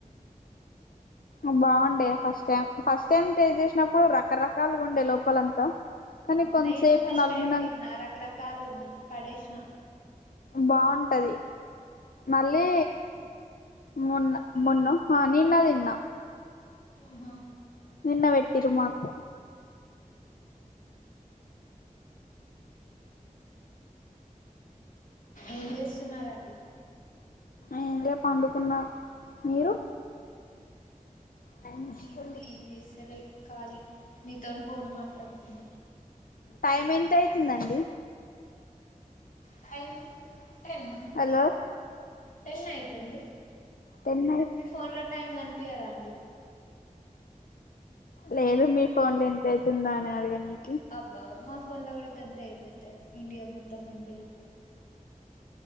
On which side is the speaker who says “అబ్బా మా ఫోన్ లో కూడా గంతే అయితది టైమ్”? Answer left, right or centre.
Left